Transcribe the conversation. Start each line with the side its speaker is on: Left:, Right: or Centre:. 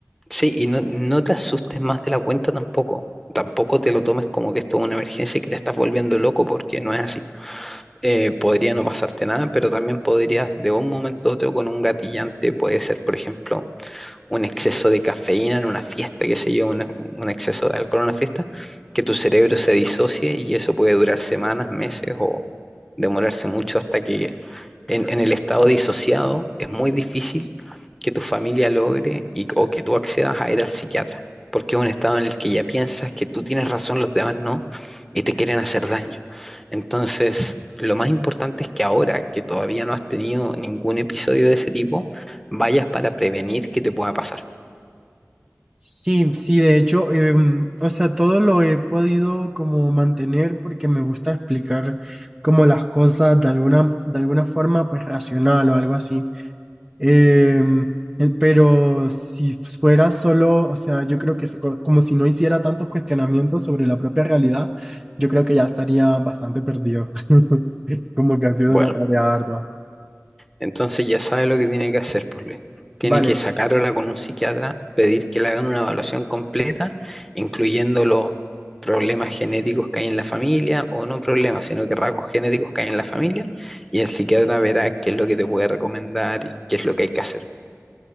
Centre: Sí, y no, no te asustes más de la cuenta tampoco. Tampoco te lo tomes como que esto es una emergencia y que te estás volviendo loco, porque no es así. Eh, podría no pasarte nada, pero también podrías, de un momento a otro, con un gatillante, puede ser, por ejemplo, un exceso de cafeína en una fiesta, qué sé yo, una- un exceso de alcohol en una fiesta, que tu cerebro se disocie y eso puede durar semanas, meses o demorarse mucho hasta que en, en el estado disociado, es muy difícil que tu familia logre y, o que tú accedas a ir al psiquiatra, porque es un estado en el que ya piensas que tú tienes razón, los demás no, y te quieren hacer daño. Entonces, lo más importante es que ahora que todavía no has tenido ningún episodio de ese tipo, vayas para prevenir que te pueda pasar.
Right: Sí, sí, de hecho, em, o sea, todo lo he podido como mantener porque me gusta explicar como las cosas de alguna, de alguna forma pues racional o algo así. Em, en- pero si fuera solo, o sea, yo creo que se- co- como si no hiciera tantos cuestionamientos sobre la propia realidad, yo creo que ya estaría bastante perdido. <laughs> Como que ha sido
Centre: Bueno,
Right: una tarea ardua.
Centre: Entonces ya sabe lo que tiene que hacer, pues Luis. Tiene
Right: Vale,
Centre: que sacarla con un psiquiatra, pedir que le hagan una evaluación completa, incluyendo los problemas genéticos que hay en la familia, o no problemas, sino que rasgos genéticos que hay en la familia, y el psiquiatra verá qué es lo que te puede recomendar y qué es lo que hay que hacer.